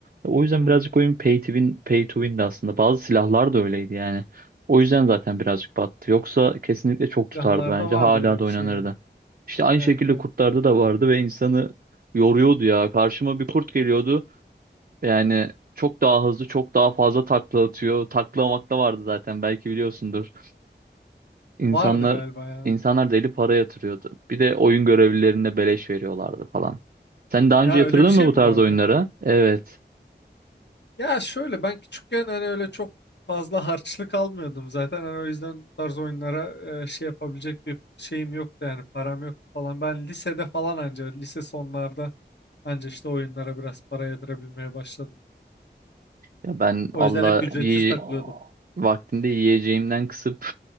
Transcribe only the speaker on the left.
Hmm.
Silahlarda
vardı
öyle
bir
şey yani.
Evet
evet.
Vardı galiba ya.
Ya
öyle bir şey
mi
vardı?
Ya şöyle ben küçükken hani öyle çok fazla harçlık almıyordum zaten. Hani o yüzden bu tarz oyunlara e, şey yapabilecek bir şeyim yoktu yani param yoktu falan. Ben lisede falan anca lise sonlarda anca işte oyunlara biraz para yedirebilmeye başladım.
O
yüzden hep ücretsiz
takılıyordum.